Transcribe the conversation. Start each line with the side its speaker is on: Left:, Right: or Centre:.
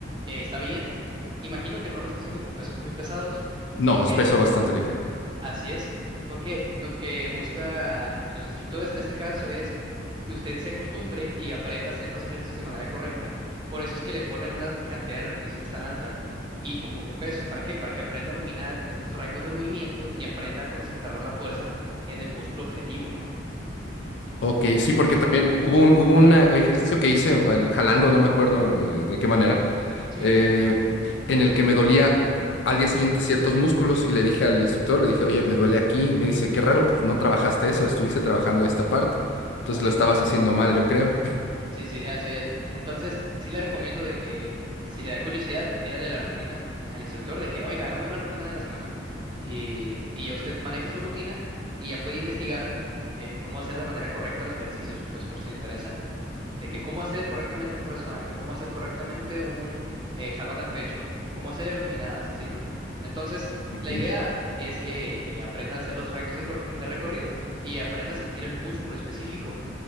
Right: Eh, está bien, imagino que no lo está haciendo con pesos muy pesados. por
Left: No,
Right: qué
Left: es peso bastante ligero.
Right: Así es, porque lo que busca los instructores en este caso es que usted se acostumbre y aprenda a hacer los ejercicios de manera correcta. Por eso es que le ponen una cantidad de repeticiones tan alta y con poco peso. ¿Para qué? Para que aprenda a dominar estos rangos de movimiento y aprenda a concentrar la fuerza en el músculo objetivo, ¿no?
Left: Ok,
Right: Entonces,
Left: sí, porque también hu- hubo un, hubo
Right: ajá,
Left: un eh, ejercicio que hice al- jalando, no me acuerdo eh, de qué manera,
Right: sí,
Left: eh, en el que me dolía al día siguiente ciertos músculos y le dije al instructor, le dije, oye, me duele aquí. Me dice, qué raro, pues no trabajaste eso, estuviste trabajando esta parte. Entonces
Right: así
Left: lo estabas
Right: es, ajá.
Left: haciendo mal, yo creo.
Right: Sí, sí, sí, así es. Entonces, sí le recomiendo de que si le da curiosidad, pídale la rutina al instructor de que, oiga, hágame una rutina de la semana. Y, y ya usted maneja su rutina y ya puede investigar eh, cómo hacer de manera correcta los ejercicios, pues por si le interesa, de que cómo hacer correctamente un press de banca, cómo hacer correctamente un eh, jalón al pecho, cómo hacer dominadas, así, ¿no? Entonces,
Left: Ok,
Right: la idea es que eh, aprenda a hacer los rangos de, cor- de recorrido y aprenda a sentir el músculo específico